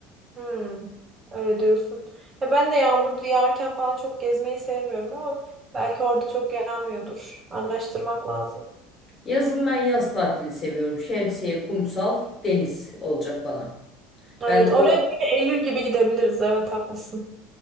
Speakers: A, on the right; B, on the left.
A: hmm, öyle diyorsun. Ya ben de yağmur yağarken falan çok gezmeyi sevmiyorum ama belki orada çok yağmıyordur. Araştırmak lazım.
B: Yazın ben yaz tatili seviyorum. Şemsiye, kumsal, deniz olacak bana.
A: Evet
B: Ben o
A: oraya böyle Eylül gibi gidebiliriz. Evet haklısın.